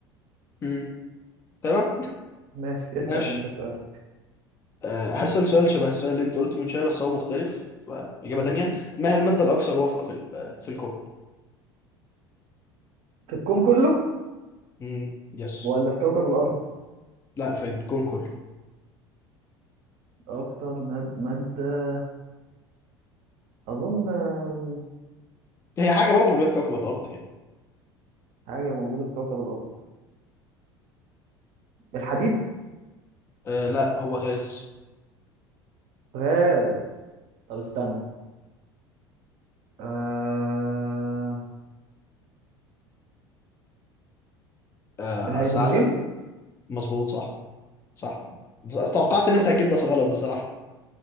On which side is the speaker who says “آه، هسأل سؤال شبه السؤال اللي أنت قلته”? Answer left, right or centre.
Left